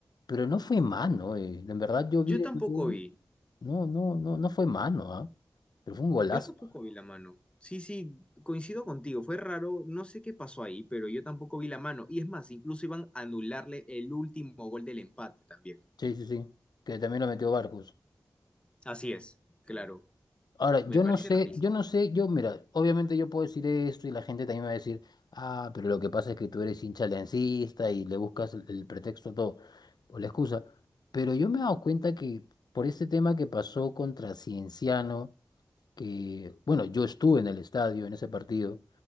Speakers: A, on the left (about 75°); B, on the left (about 15°).
A: Pero no fue mano, eh. En verdad yo vi
B: yo
A: el
B: tampoco
A: gol.
B: vi.
A: No, no, no, no fue mano, ¿ah? Pero fue un golazo.
B: Yo tampoco vi la mano. Sí, sí, coincido contigo. Fue raro. No sé qué pasó ahí, pero yo tampoco vi la mano. Y es más, incluso iban a anularle el último gol del empate también.
A: Sí, sí, sí. Que también lo metió Barcos.
B: Así es, claro.
A: Ahora,
B: Me
A: yo
B: parece
A: no sé,
B: rarísimo.
A: yo no sé, yo, mira, obviamente yo puedo decir esto y la gente también me va a decir, ah, pero lo que pasa es que tú eres hincha aliancista y le buscas el, el pretexto a todo, o la excusa. Pero yo me he dado cuenta que por este tema que pasó contra Cienciano, que, bueno, yo estuve en el estadio en ese partido